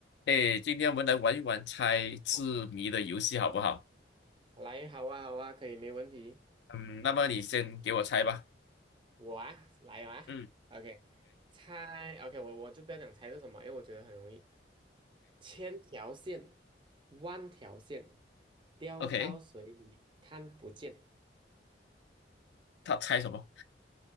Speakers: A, on the left; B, on the right.
A: 哎，今天我们来玩一玩猜字谜的游戏，
B: 好
A: 好不好？
B: 来，好啊，好啊，可以，没问题。
A: 嗯，那么你先给我猜吧。
B: 我啊，来啊，OK，
A: 嗯
B: 猜，OK，我我就不要讲猜是什么，因为我觉得很容易。千条线，万条线，掉到水里看不见。
A: ，OK，OK，OK，他猜什么？